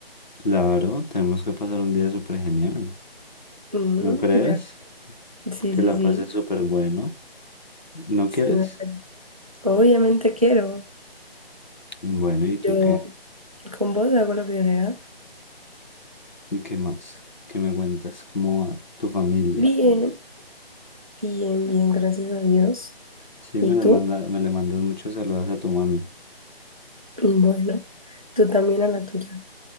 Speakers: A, on the left; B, on the right.
A: Claro, tenemos que pasar un día súper genial.
B: Mm,
A: ¿No crees?
B: vea. Sí,
A: Que
B: sí,
A: la
B: sí.
A: pases súper bueno. ¿No
B: Sí,
A: quieres?
B: me parece. Obviamente quiero.
A: Bueno, ¿y tú
B: Yo
A: qué?
B: con vos hago lo que sea.
A: ¿Y qué más? ¿Qué me cuentas? ¿Cómo va tu familia?
B: Bien, bien, bien, gracias a Dios.
A: Sí,
B: ¿Y
A: me la
B: tú?
A: manda, me le mandas muchos saludos a tu mami.
B: Mm, Bueno, tú también a la tuya.